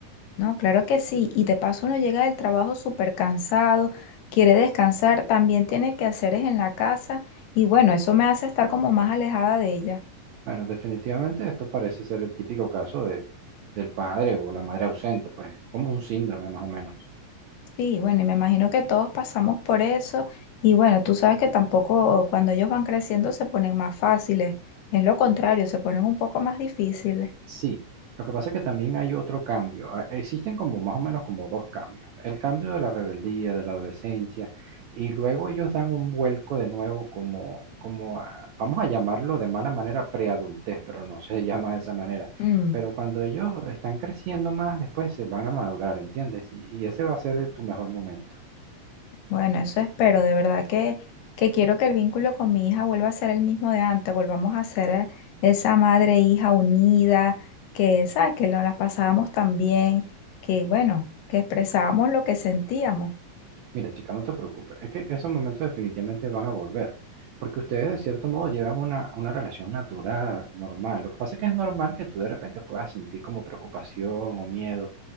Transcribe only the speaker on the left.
No, claro que sí. Y de paso uno llega del trabajo súper cansado, quiere descansar, también tiene que hacer es en la casa y bueno, eso me hace estar como más alejada de ella.
Sí, bueno, y me imagino que todos pasamos por eso y bueno, tú sabes que tampoco cuando ellos van creciendo se ponen más fáciles, es lo contrario, se ponen un poco más difíciles.
Mm.
Bueno, eso espero, de verdad que, que quiero que el vínculo con mi hija vuelva a ser el mismo de antes, volvamos a ser eh, esa madre e hija unida, que, ¿sabes? Que nos las pasábamos tan bien, que, bueno, que expresábamos lo que sentíamos.